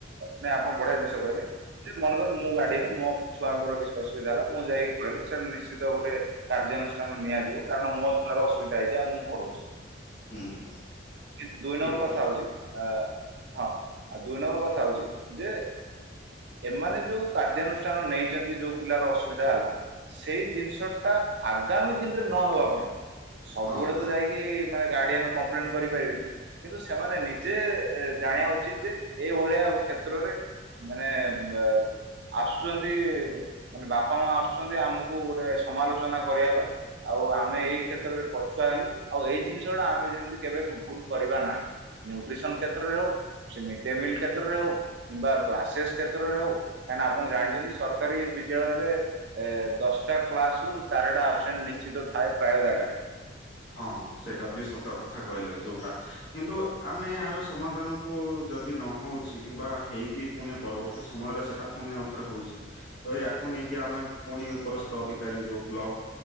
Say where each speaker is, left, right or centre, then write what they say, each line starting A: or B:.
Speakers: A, on the right (about 65°); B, on the left (about 65°).
A: ନାଇଁ ଆପଣ ବଢିଆ ଜିନିଷ କହିଲେ ଯେ ମନ କର ମୁଁ ଗଡିଆନେ ମ ଛୁଆଙ୍କର କିଛି ଅସୁବିଧା ହେଲା ମୁଁ ଯାଇଁକି କହିଲି ସେ ନିଶ୍ଚିତ ଗୋଟେ। କାର୍ଯ୍ୟାନୁଷ୍ଠାନ ନିଆଯିବ କାରଣ ମୋ ଛୁଆର ଅସୁବିଧା ହେଇଛି ଆଉ ମୁଁ ପଢଉଛି।
B: ହୁଁ ହୁଁ
A: କିନ୍ତୁ ଦୁଇ
B: ଠିକ
A: ନମ୍ବର କଥା
B: ଠିକ
A: ହଉଛି ଆ ହଁ ଆଉ ଦୁଇ ନମ୍ବର କଥା ହଉଚି ଯେ ଏମାନେ ଯୋଉ କାର୍ଯ୍ୟାନୁଷ୍ଠାନ ନେଇ ଯେମିତି ଯୋଉ ପିଲାର ଅସୁବିଧା ହେଲା ସେଇ ଜିନିଷ ଟା ଆଗାମୀ ଦିନରେ ନ ହବା ପାଇଁ। ସବୁବେଳେ
B: ହଁ।
A: ତ ଯାଇକି ମାନେ ଗାଡିଆନ କମ୍ପ୍ଲେନ କରିପାରିବେନି। କିନ୍ତୁ ସେମାନେ ନିଜେ ଏ ଜାଣିବା ଉଚିତ ଯେ ଏ ଭଳିଆ କ୍ଷେତ୍ରରେ। ମାନେ ବ ଆସୁଚନ୍ତି। ମାନେ ବାପା ମା ଆସୁଛନ୍ତି ଆମକୁ ଗୋଟେ ସମାଲୋଚନା କରିବା ପାଇଁ। ଆଉ ଆମେ ଏଇ କ୍ଷେତ୍ରରେ ପଛୁଆ ହେଲୁ ଆଉ ଏଇ ଜିନିଷ ଟା ଆମେ ଯେମତି କେବେ ଭୁଲ କରିବା ନାହିଁ। ନ୍ୟୁଟ୍ରିସନ କ୍ଷେତ୍ରରେ ହଉ, ସେ ମିଡ୍ ଡେ ମିଲ୍ କ୍ଷେତ୍ରରେ ହଉ। କିମ୍ବା କ୍ଲାସେସ୍ କ୍ଷେତ୍ରରେ ହଉ, କାହିଁ ନା ଆପଣ ଜାଣିଛନ୍ତି ସରକାରୀ ବିଦ୍ୟାଳୟରେ। ଏ ଦଶଟା କ୍ଲାସ ରୁ ଚାରିଟା ଆବସେଣ୍ଟ ନିଶ୍ଚିତ ଥାଏ ପ୍ରାୟ ଜାଗାରେ।
B: ହଁ ସେଟା ବି ସତ କଥା କହିଲେ ଯୋଉଟା, କିନ୍ତୁ ଆମେ ଏହାର ସମାଧାନ। କୁ ଯଦି ନ ହଉଛି କିମ୍ବା ହେଇକି ପୁଣି ପରବର୍ତ୍ତୀ ସମୟରେ ସେଟା ପୁଣି ଆଉଥରେ ହଉଚି। ତ ୟାକୁ ନେଇକି ଆମେ ପୁଣି ଉପରସ୍ତଥ ଅଧିକାରୀ ଯୋଉ ବ୍ଲକ